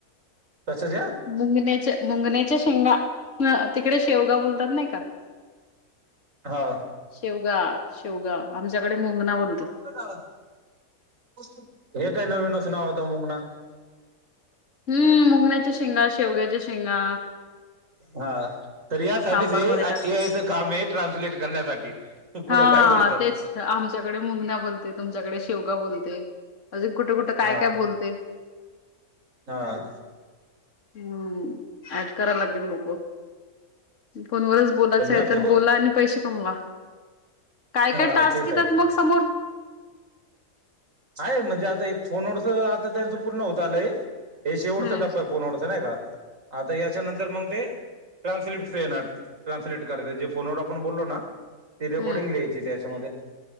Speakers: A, on the right (about 60°); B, on the left (about 55°).
A: कशाच्या.
B: मुंगण्याचे मुंगण्याच्या शेंगा तिकडे शेवगा बोलतात नाही का.
A: हा,
B: शेवगा शेवगा आमच्याकडे मुंगणा बोलतात.
A: हे काय नवीनच नाव होत मुंगना.
B: हम्म, मुंगण्याच्या शेंगा शेवग्याच्या शेंगा.
A: हा तर यासाठीच
B: सांबार
A: हे
B: मध्ये
A: ए
B: टाक
A: आयच काम हे. ट्रान्सलेट करण्यासाठी. कुठं
B: हा,
A: काय बोलतात
B: तेच आमच्याकडे मुंगना बोलते तुमच्याकडे शेवगा बोलते. अजून कुठे कुठे काय
A: हा
B: काय बोलते.
A: हा
B: हम्म, ऍड करावे लागेल लोक. फोनवरच बोलायचे
A: पण जास्त
B: आहे तर
A: गो-
B: बोला आणि पैसे कमवा. काय
A: हा
B: काय टास्क
A: तेच
B: येतात
A: आहे
B: मग समोर.
A: आहे म्हणजे आता एक फोन वरच आता त्याच पूर्ण होत आलंय. हे शेवटचा
B: हम्म
A: टप्पा फोनवडचा नाही का आता याच्या नंतर मग ते. ट्रान्सलेट ना ट्रान्सलेट करते जे फोनवर आपण बोललो ना. ती रेकॉर्डिंग
B: हम्म
A: लिहायची त्याच्यामध्ये.